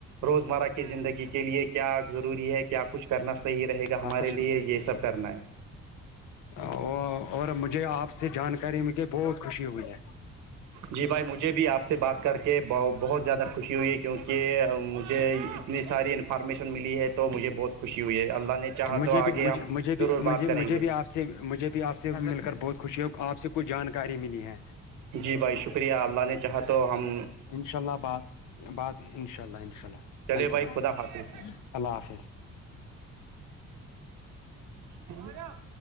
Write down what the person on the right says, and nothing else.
روزمرہ کی زندگی کے لیے کیا ضروری ہے کیا کچھ کرنا صحیح رہے گا
ہمارے
لیے
یہ سب کرنا ہے
جی بھائی مجھے بھی آپ سے بات کر کے بہت زیادہ خوشی ہوئی ہے کیونکہ مجھے اتنی ساری انفارمیشن ملی ہے تو مجھے بہت خوشی ہوئی ہے اللہ نے چاہا
تو آگے
ہم
ضرور
بات کریں
گے
جی بھائی شکریہ اللہ نے چاہا تو ہم
چلے
خدا حافظ
بولو